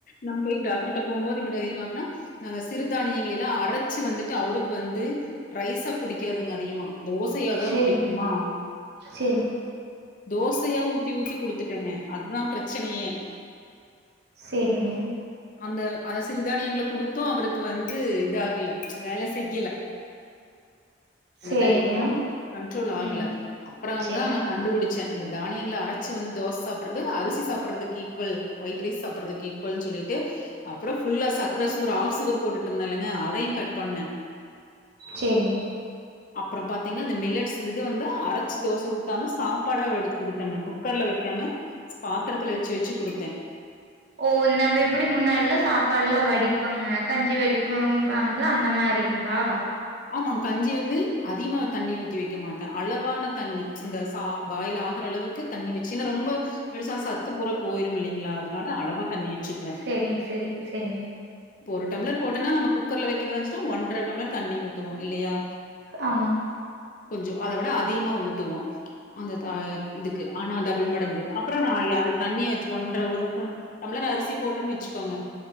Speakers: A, on the left (about 45°); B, on the right (about 60°).
A: நம்ம போய் டாக்டர்ட்ட போம்போது இப்படி அதிகமானா நாங்க சிறுதானியங்களலா அரைச்சு வந்துட்டு அவுருக்கு வந்து ரைஸா புடிக்காதுங்க அதிகமா தோ சயாதா
B: செரிங்
A: புடிக்குமா
B: செரி
A: தோசையா ஊத்தி ஊத்தி குடுத்துட்டேங்க அதா பிரச்சனையே
B: சேரிங்க
A: அந்த அ சிறுதானியங்கள குடுத் து அவருக்கு வந்து இதாகல வேல செய்யல அந்த
B: செரிங்க.
A: டயட்ல கன்ட்ரோல் ஆகல
B: ம்.
A: அப்றோந்தா
B: செரிங்
A: கண்டுபுடிச்சே இந்த தானியங்கள அரைச்சு வந்து தோசை சாப்பறது அரிசி சாப்பர்றதுக்கு ஈக்வல் ஒயிட் ரைஸ் சாப்பறதுக்கு ஈக்வல் சொல்லிட்டு அப்றோ ஃபுல்லா சக்ர சுகர் ஆஃப் சுகர் போட்டுட்டு இருந்தேல்லங்க அதையு கட் பண்ணே
B: செரிங்.
A: அப்பறம் பாத்தீங்னா இந்த மில்லட்ஸ் இது வந்து அரைச்சு தோசை ஊத்தாம சாப்பாடா வடுத்து குடுத்தேங்க குக்கர்ல வெக்காம பாத்தரத்துல வச்சு வச்சு குடுத்தே
B: ஓ நம்ம எப்டி முன்னாடிலா சாப்பாட்ல்லா வடிப்பங்க கஞ்சி வடிப்பும்பாங்ள அந்த மாரிங் ளா
A: ஆமா கஞ்சி வந்து அதிகமா தண்ணி ஊத்தி வக்க மாட்டே அளவான தண்ணி இந்த சா பாயில் ஆகுற அளவு க்கு தண்ணி வச்சு இன்ன ரொம்ப வடிசா சத்து பூறா போயிரும் இல்லைங்ளா அதனா ல அளவா தண்ணி வச்சுக்குவே
B: செரிங் செரி செரிங்
A: இப்ப ஒரு டம்ளர் போட்டன்னா நம்ம குக்கர்ல வக்கிறதாச்சுனா ஒன்ற டம்ளர் தண்ணி ஊத்துவோ இல்லையா
B: ஆமாங்
A: கொஞ்சோ அத விட அதிகமா ஊத்துவோ அந்த த இதுக்கு ஆனா டபிள் மடங்கு அப்றோ நா அயி அத தண்ணி வச் ஒன்ற ஒரு சா டம்ளர் அரிசி போட்டோன் வச்சுக்கோங்க